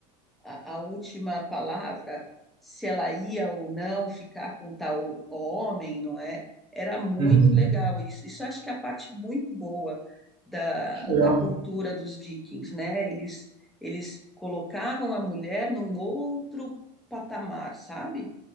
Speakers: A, in the centre; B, on the right.
A: a, a última palavra, se ela ia ou não ficar com tal homem, não é? Era muito
B: uhum.
A: legal isso. Isso eu acho que é a parte muito boa da,
B: Que legal.
A: da cultura dos vikings, né? Eles, eles colocavam a mulher num outro patamar, sabe?